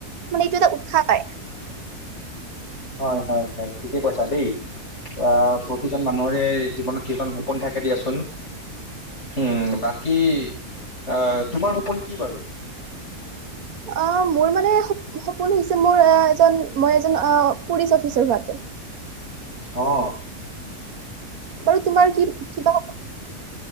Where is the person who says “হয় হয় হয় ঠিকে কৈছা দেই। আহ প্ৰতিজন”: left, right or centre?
Left